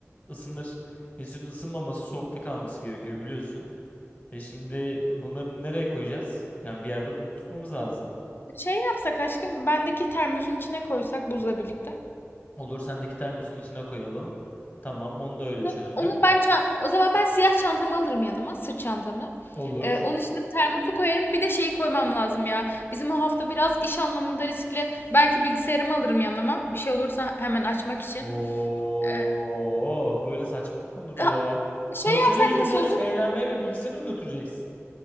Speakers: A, on the left; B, on the left.
A: Isınır. İnsülin ısınmaması soğukta kalması gerekiyor biliyorsun. E şimdi bunları nereye koyacağız? Yani bir yerde bunu tutmamız lazım.
B: Şey yapsak aşkım bendeki termosun içine koysak buzla birlikte.
A: Olur sendeki termosun içine koyalım. Tamam onu da öyle
B: Onu,
A: çözdük.
B: onu ben ça- o zaman ben siyah çantamı alırım yanıma, sırt çantamı.
A: Olur.
B: Ee, onun içine termosu koyarım. Bir de şeyi koymam lazım ya. Bizim o hafta biraz iş anlamında riskli. Belki bilgisayarımı alırım yanıma. Bir şey olursa hemen açmak için.
A: Oo,
B: Ee,
A: böyle saçmalık mı olur
B: Ha,
A: ya?
B: Şey
A: Konsere
B: yapsak
A: gideceğiz,
B: nasıl olur?
A: eğlenmeye ve bilgisayarını mı götüreceksin?